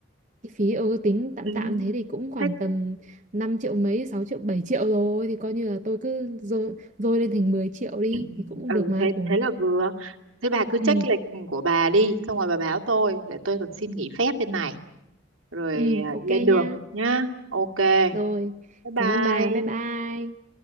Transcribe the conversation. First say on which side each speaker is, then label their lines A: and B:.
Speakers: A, on the right; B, on the right.
A: Cái phí ừ, tính tạm
B: Ừ.
A: tạm thế thì cũng khoảng
B: Thế
A: tầm 5 triệu mấy, 6 triệu, 7 triệu rồi. Thì coi như là tôi cứ dôi, dôi lên thành 10 triệu đi.
B: Ừ.
A: Thì cũng
B: Ừ
A: được mà,
B: thế
A: ổn.
B: thế là vừa. Thế bà cứ check
A: Ừ,
B: lịch của bà đi, xong rồi bà báo tôi để tôi còn xin nghỉ phép bên này rồi
A: ừ,
B: à,
A: ok
B: lên
A: nha.
B: đường nhá. Ok.
A: Rồi,
B: Bye bye.
A: cảm ơn bà, bye bye.